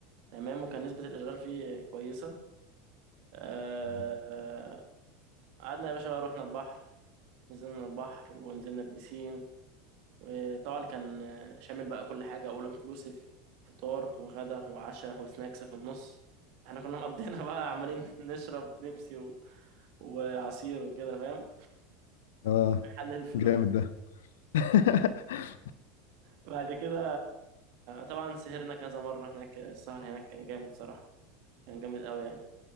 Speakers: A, on the right; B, on the left.
A: تمام وكان نسبة الإشغال فيه كويسة آه،
B: اه
A: آه، قعدنا يا باشا بقى رحنا البحر نزلنا البحر ونزلنا البسين وطبعا كان شامل بقى كل حاجة اول انكلوسيف فطار وغدا وعشاء وسناكس في النص احنا كنا مقضينا بقى عمالين <laughs> نشرب بيبسي و... وعصير وكده فاهم
B: آه،
A: نحلل الفلوس
B: جامد ده <laughs>
A: بعد كده طبعا سهرنا كذا مرة هناك السهر هناك كان جامد صراحة كان جامد قوي يعني